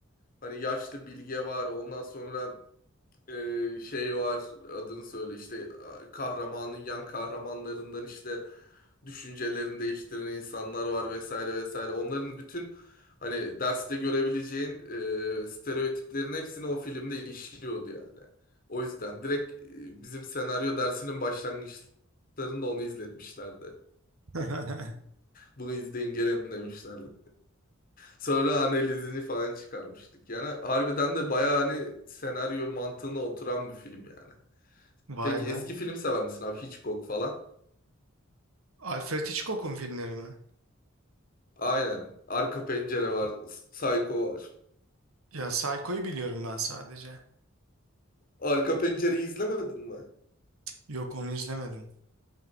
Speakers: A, on the left; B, on the right.
A: Hani yaşlı bilge var. Ondan sonra ee, şey var adını söyle işte a- kahramanın yan kahramanlarından işte düşüncelerini değiştiren insanlar var vesaire vesaire. Onların bütün hani derste görebileceğin e, stereotiplerin hepsini o filmde işliyordu yani. O yüzden direkt e, bizim senaryo dersinin başlangıçlarında onu izletmişlerdi.
B: <laughs>
A: Bunu izleyin gelin demişlerdi. Sonra analizini falan çıkarmıştık. Yani harbiden de bayağı hani senaryo mantığına oturan bir film yani.
B: Vay
A: Peki
B: be.
A: eski film sever misin abi? Hitchcock falan.
B: Alfred Hitchcock'un filmleri mi?
A: Aynen. Arka Pencere var. Psycho var.
B: Ya Psycho'yu biliyorum ben sadece.
A: Arka Pencere'yi izlemedin mi?
B: Yok onu izlemedim.